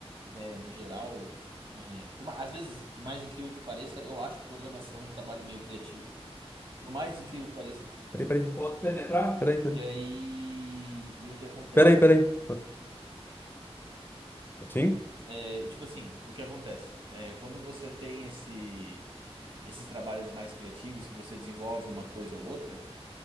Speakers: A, on the right; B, on the left.
A: é, no geral. é, por ma- às vezes, por mais incrível que pareça, eu acho programação um trabalho meio criativo. Por mais incrível que pareça.
B: Peraí, peraí, peraí. Posso penetrar? Peraí, peraí.
A: E aí. E o que acontece?
B: Peraí, peraí. Pô, Sim?
A: É, e tipo assim, o que acontece? É, quando você tem esse. esses trabalhos mais criativos que você desenvolve uma coisa ou outra,